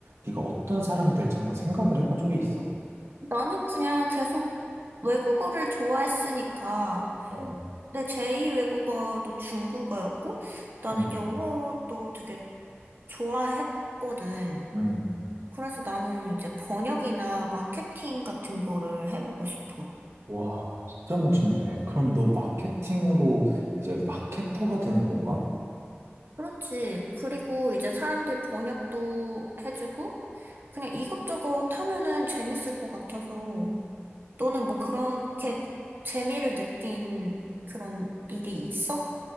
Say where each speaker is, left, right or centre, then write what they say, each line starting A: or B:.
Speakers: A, on the right; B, on the right.
A: 네가 어떤 사람이 될지 한번 생각을 해본 적이 있어?
B: 나는 그냥 계속 외국어를 좋아했으니까,
A: 어.
B: 내 제2 외국어도 중국어였고, 나는
A: 음,
B: 영어도 되게 좋아했거든.
A: 음.
B: 그래서 나는 이제 번역이나 마케팅 같은 거를 해보고 싶어.
A: 와, 진짜 멋있네. 그럼 너 마케팅으로 이제 마케터가 되는 건가?
B: 그렇지. 그리고 이제 사람들 번역도 해주고, 그냥 이것저것 하면은 재밌을 것 같아서, 너는 뭐 그렇게 재미를 느낀 그런 일이 있어?